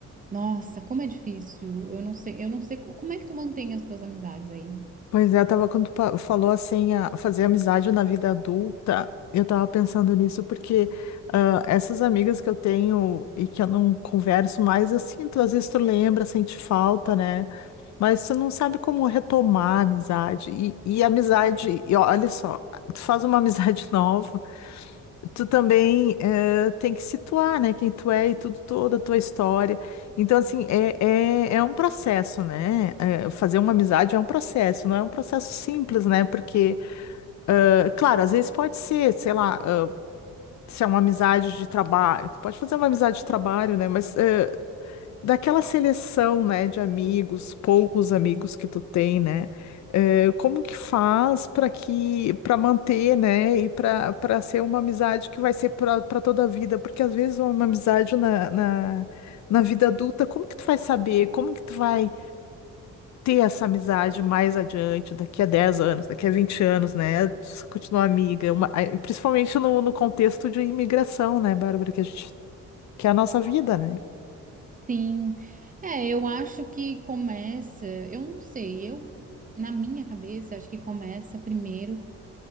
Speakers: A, on the right; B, on the left.
A: nossa, como é difícil. Eu não sei, eu não sei co- como é que tu mantém as tuas amizades aí.
B: Pois é, eu tava quando tu pa- falou assim, a- fazer amizade na vida adulta, eu tava pensando nisso porque ah, essas amigas que eu tenho e que eu não converso mais, eu sinto, às vezes tu lembra, sente falta, né? Mas tu não sabe como retomar a amizade. E, e amizade, e olha só, tu faz uma <laughs> amizade nova tu também eh, tem que situar, né, quem tu é e tudo, toda a tua história. Então, assim, é, é, é um processo, né? Eh, fazer uma amizade é um processo, não é um processo simples, né? Porque, eh, claro, às vezes pode ser, sei lá, eh, se é uma amizade de trabalho, tu pode fazer uma amizade de trabalho, né? Mas eh, daquela seleção, né, de amigos, poucos amigos que tu tem, né? eh, como que faz para que para manter, né, e para para ser uma amizade que vai ser para toda a vida? Porque às vezes uma amizade na, na, na vida adulta, como que tu vai saber? Como que tu vai ter essa amizade mais adiante, daqui a 10 anos, daqui a 20 anos, né? se Continuar amiga, uma- a- principalmente no, no contexto de imigração, né, Bárbara, que a gente que é a nossa vida, né?
A: Sim, é, eu acho que começa, eu não sei, eu na minha cabeça acho que começa primeiro